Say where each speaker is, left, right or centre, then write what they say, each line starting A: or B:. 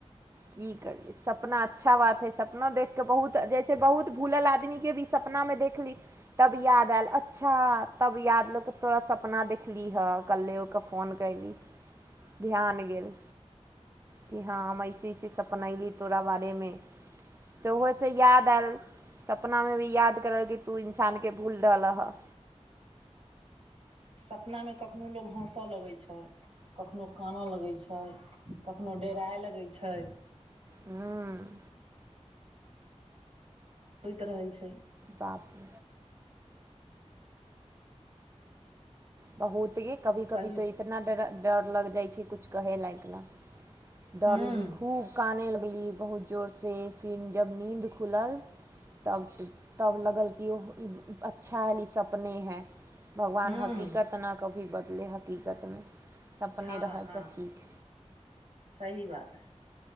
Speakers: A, on the right; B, on the right.
A: की करीये सपना अच्छा बात हाइ सपना देख कऽ बहुत जैसे बहुत भूलल आदमीके भी सपना मे देखली तब याद आयल अच्छा तब याद लोक के तोरा सपना देखलीहऽ कल्ले ओक फोन क ध्यान गेल कि हँ हम अऐसे अऐसे सपनैली तोरा बारेमे तऽ ओहिसँ याद आयल सपना मे भी याद करल कि तू इन्सानके भूल रहल हँ
B: सपना मे कखनहु लोक हँसय लगैत छै कखनो कानेऽ लगैत छै कखहु डेराइ लगैत छै
A: हँ
B: होइत रहै छै
A: बाप रे बहुत कभी
B: कही
A: कभी तऽ इतना ड डर लगि जाइ छै कछु कहै लायक लऽ डरली
B: हूँ
A: खूब कानय लगली बहुत जोरसँ फेर जब नीन्द खुलल तब तब लगल कि ओ अच्छा आयल ई सब ' अपने है भगवान
B: हूँ
A: हकीकत न कभी बदले हकीकतमे अपने
B: हँ
A: रहल
B: हँ
A: तऽ ठीक
B: सही बात है